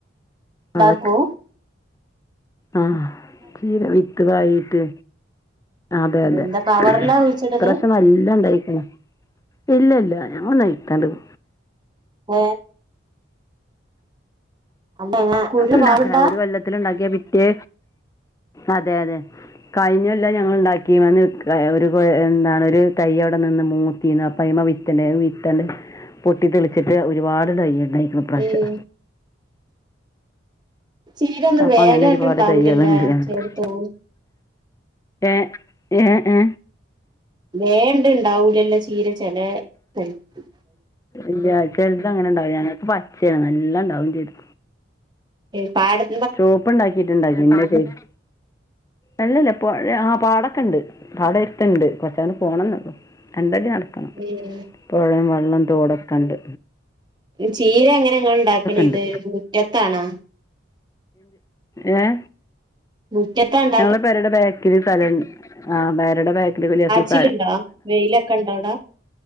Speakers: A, on the right (about 20°); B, on the left (about 15°).
A: ണ്ടാക്കൂ?
B: അതൊക്കെ ആ ചീര വിത്ത് പായീട്ട് അതെ അതെ
A: എന്താ കവറിലാ
B: ഇപ്രാവശ്യം
A: കുഴിച്ചിടല്
B: നല്ല ഇണ്ടായിക്ക്ണ്. ഇല്ല ഇല്ല <unintelligible>
A: ഏ അല്ല എങ്ങനെ കുരു
B: ണ്ടാക്കണ
A: പാകണ്ടാ
B: ഒരു കൊല്ലത്തില് ണ്ടാക്കിയാ പിറ്റേ അതെ അതെ കഴിഞ്ഞൊല്ലം ഞങ്ങൾ ണ്ടാക്കീമേന്ന് വെക്ക ഒരു എന്താണ് ഒരു തൈയ്യവിടെ നിന്ന് മൂത്തീന്ന് അപ്പയ്മ വിത്ത്ണ്ടായിനു അത് വിത്ത്ള് പൊട്ടി തെളിച്ചിട്ട് ഒരുപാട് തൈയ്യ് ണ്ടായിരിക്കണ് ഇ പ്രാശം
A: ഏഹ് ചീര ഒന്നും
B: അപ്പൊ
A: വേഗായിട്ട്
B: അങ്ങനെ ഒരുപാട്
A: ഇണ്ടാവൂലല്ലേ
B: തൈയ്യള്ണ്ട് ഞങ്ങക്ക്
A: ചേടത്തൊന്നും
B: ഏ ഏ ഏ
A: വേർണ്ട ണ്ടാവൂലല്ലോ ചീര ചെലേ തൈക്ക്
B: ഇല്ല ചെൽത് അങ്ങനെ ഉണ്ടാവും ഞങ്ങക്ക് പച്ചേണ് എല്ലാം ഉണ്ടാവും ചെയ്തു
A: ഏ പാട-
B: ചോപ്പ് ണ്ടാക്കിട്ടുണ്ടായി ഇന്നലെ കയിഞ്ഞു അല്ലല്ല പൊഴ ആ പാടൊക്കെ ണ്ട് പാടം അട്ത്ത്ണ്ട് കൊറച്ചങ്ങ്ട് പോണംന്നുള്ളു രണ്ടടി നടക്കണം
A: വെയില്
B: പൊഴേം വെള്ളം തോടെക്കെണ്ട്
A: ഈ ചീര എങ്ങനെങ്ങൾണ്ടാക്കല്
B: ഉണ്ട്
A: ഇത് മുറ്റത്താണാ
B: ഏഹ്
A: മുറ്റത്താണോ
B: ഞങ്ങളെ പെരേടെ ബാക്കില് സലംണ്ട് ആ പെരേടെ ബാക്കില് <unintelligible>
A: കാച്ചില്ണ്ടോ വെയിലൊക്കെ ഇണ്ടോ അവിടാ